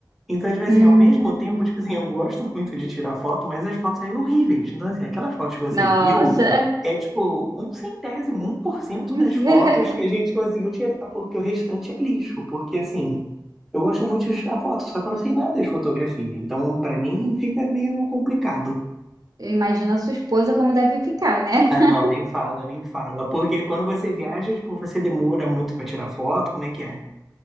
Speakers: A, in the centre; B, on the right.
A: Então, às vezes,
B: Hum,
A: assim, ao mesmo tempo, tipo assim, eu gosto muito de tirar foto, mas as fotos saem horríveis. Então, assim, aquelas fotos que você
B: nossa.
A: viu é, tipo, um centésimo, um por cento
B: <laughs>
A: das fotos que a gente conseguiu tirar, porque o restante é lixo. Porque, assim, eu gosto muito de tirar foto, só que eu não sei nada de fotografia. Então, pra mim, fica meio complicado.
B: Imagina a sua esposa como deve ficar, né?
A: Ah,
B: <laughs>
A: não, nem fala, nem fala. Porque quando você viaja, tipo, você demora muito pra tirar foto, como é que é?